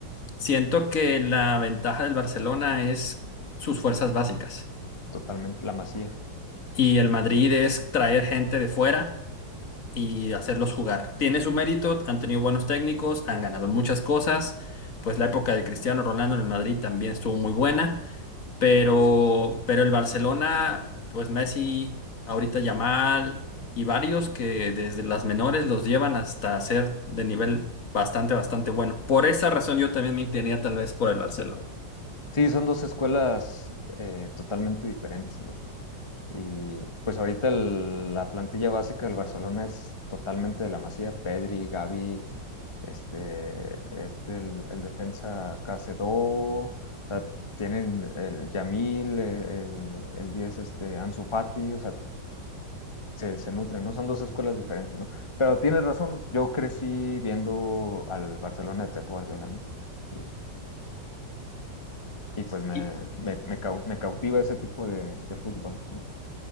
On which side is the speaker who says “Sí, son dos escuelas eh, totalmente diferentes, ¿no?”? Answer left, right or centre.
Left